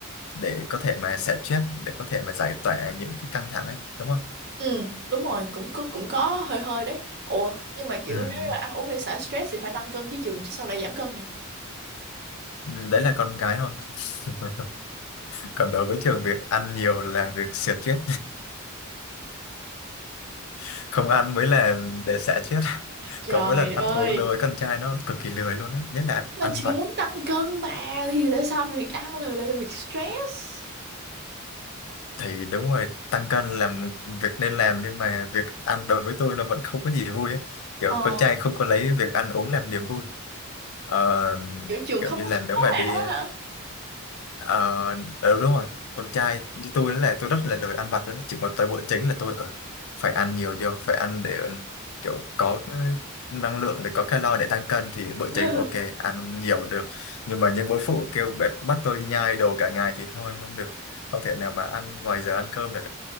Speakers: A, on the left (about 70°); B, on the right (about 50°).
A: để có thể mà xả stress để có thể mà giải tỏa những cái căng thẳng ấy đúng không
B: ừ đúng rồi cũng có cũng có hơi hơi đấy ủa nhưng mà kiểu
A: ừ
B: nếu như mà ăn uống để xả stress thì phải tăng cân chứ chừng chứ sao lại giảm cân nhỉ
A: Ừ, đấy là con gái thôi <laughs> còn đối với trường việc ăn nhiều là việc xỉa chết <laughs> không ăn mới là để xả chết <laughs>
B: trời
A: Còn mỗi lần
B: ơi
A: ăn uống đối với con trai nó cực kỳ lười luôn á nhất là
B: mà
A: ăn
B: chưa
A: vặt
B: muốn tăng cân mà thì tại sao việc ăn là lại là việc stress
A: thì đúng rồi tăng cân là một việc nên làm nhưng mà việc ăn đối với tôi nó vẫn không có gì vui ấy. kiểu
B: ờ
A: con trai không có lấy việc ăn uống làm niềm vui Ờ,
B: kiểu trường
A: kiểu
B: không
A: như
B: có
A: là
B: thích
A: nếu
B: món
A: mà
B: nào
A: đi
B: hết hả
A: Ờ, ừ, đúng rồi con trai như tôi là tôi rất là lười ăn vặt đó chỉ có tới bữa chính là tôi ờ, phải ăn nhiều vô phải ăn để kiểu có cái năng lượng để có calo để tăng cân thì bữa
B: <laughs>
A: chính ok ăn nhiều được nhưng mà những bữa phụ kêu bắt bắt tôi nhai đồ cả ngày thì thôi không được không thể nào mà ăn ngoài giờ ăn cơm được